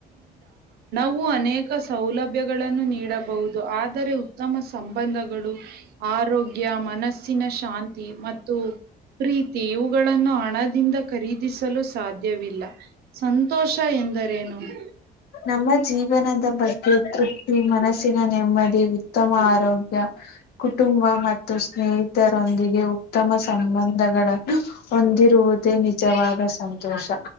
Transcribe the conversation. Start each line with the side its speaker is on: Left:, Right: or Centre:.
Right: ಹ್ಮ ಅನೇಕ ಸೌಲಭ್ಯಗಳನ್ನು ನೀಡಬಹುದು ಆದರೆ ಉತ್ತಮ ಸಂಬಂಧಗಳು ಆರೋಗ್ಯ ಮನಸ್ಸಿನ ಶಾಂತಿ ಮತ್ತು ಪ್ರೀತಿ ಇವುಗಳ ನ್ನು ಹಣದಿಂದ ಖರೀದಿಸಲು ಸಾಧ್ಯವಿಲ್ಲ ಸಂತೋಷ ಎಂದರೇನು <inaudible>
Left: ನಮ್ಮ ಜೀವನದ ಬಗ್ಗೆ ತೃಪ್ತಿ ಮನಸ್ಸಿನ ನೆಮ್ಮದಿ ಉತ್ತಮ ಆರೋಗ್ಯ ಕುಟುಂಬ ಮತ್ತು ಸ್ನೇಹಿತರೊಂದಿಗೆ ಉತ್ತಮ ಸಂಬಂಧಗಳನ್ನು ಹೊಂದಿರುವುದು ನಿಜವಾದ ಸಂತೋಷ